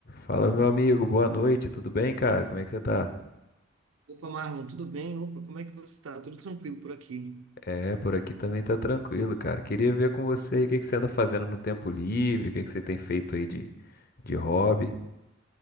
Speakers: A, on the left; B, on the right.
A: Fala, meu amigo, boa noite, tudo bem, cara? Como é que você tá?
B: Opa, Marlon, tudo bem? Opa, como é que você está? Tudo tranquilo por aqui?
A: É, por aqui também tá tranquilo, cara. Queria ver com você o que que você anda fazendo no tempo livre, o que que você tem feito aí de, de hobby.